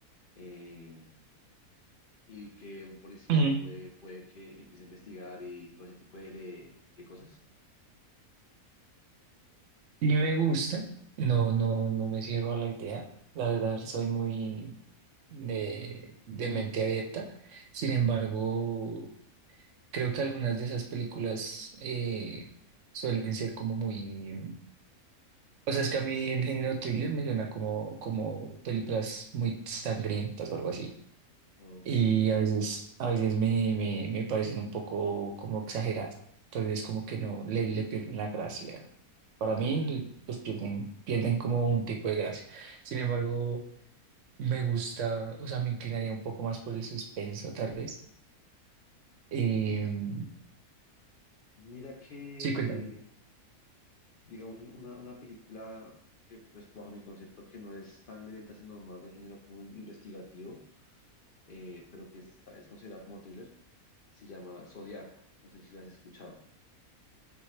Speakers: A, on the left; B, on the right.
A: eh, y que un policía
B: Mm,
A: puede, puede que empiece a investigar y todo ese tipo de, de de cosas?
B: Y me gusta, no, no, no me cierro a la idea, la verdad soy muy de, de mente abierta, sin embargo, creo que algunas de esas películas eh, suelen ser como muy... O sea, es que a mí el género thriller me suena como, como películas muy sangrientas o algo así.
A: Ok,
B: y
A: ok.
B: a veces, a veces me, me, me parecen un poco como exageradas. Entonces, como que no, le, le pierden la gracia. Para
A: Dale,
B: mí,
A: dale.
B: pues pierden, pierden como un tipo de gracia. Sin embargo, me gusta, o sea, me inclinaría un poco más por el suspenso, tal vez. Em,
A: Mi- Mira que,
B: sí, cuéntame.
A: digamos, un- una, una película que, pues, bajo mi concepto, que no es sangrienta, sino más de género como in- investigativo, eh, pero que está- es considerada como thriller, se llama Zodiaco. No sé si la has escuchado.